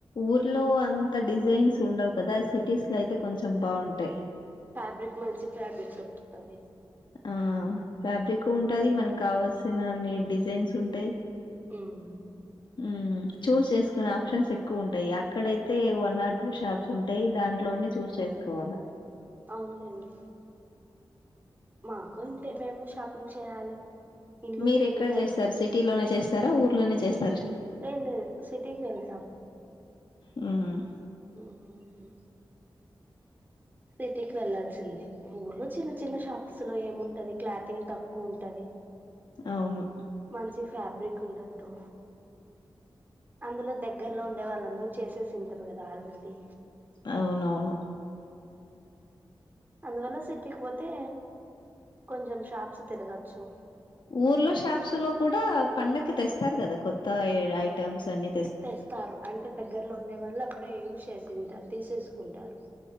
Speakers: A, on the left; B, on the right.
A: ఊర్లో అంత అంత డిజైన్స్ ఉండవు కదా సిటీస్ లో అయితే కొంచెం బాగుంటాయి
B: ఫ్యాబ్రిక్ మంచి ఫ్యాబ్రిక్ దప్పతుంది
A: ఆ ఫ్యాబ్రిక్ ఉంటది మనకు కావాల్సినన్ని డిజైన్స్ ఉంటాయి
B: హుమ్
A: హుమ్ చూజ్ చేసుకునే ఆప్షన్స్ ఎక్కువ ఉంటాయి అక్కడయితే వన్ ఆర్ టూ షాప్స్ ఉంటాయి దాంట్లోనే చూస్ చేసుకోవాలా
B: అవులేండి మాకు అంతే మేము షాపింగ్ చేయాలి ఇల్లు
A: మీరు
B: క్లీనింగ్
A: ఎక్కడ చేస్తారు సిటీ లోనే చేస్తార ఊర్లోనే చేస్త
B: ఎం లేదు సిటీకి వెళ్తా
A: హుమ్
B: మ్ మ్మ్ సిటీకి వెళ్లాాల్సిందే ఊర్లో చిన్న చిన్న షాప్స్ లో ఏముంటది క్లాతింగ్ తక్కువ ఉంటది
A: అవును
B: మంచి ఫ్యాబ్రిక్ ఉండద్దు, అందులో దగ్గరలో ఉండే వాళ్ళందరూ చేసేసింటారు కదా ఆల్రెడీ
A: అవునవును
B: అందువళ సిటీకి పోతే కొంచెం షాప్స్ తిరగచ్చు
A: ఊర్లో షాప్స్ లో కూడా పండకి తెస్తారు కదా కొత్త ఐటెమ్స్ అన్ని
B: తెస్తారు అంటే దగ్గరలో ఉండే వాళ్ళ అప్పుడే యూజ్ చేసింటారు తీసేసుకుంటారు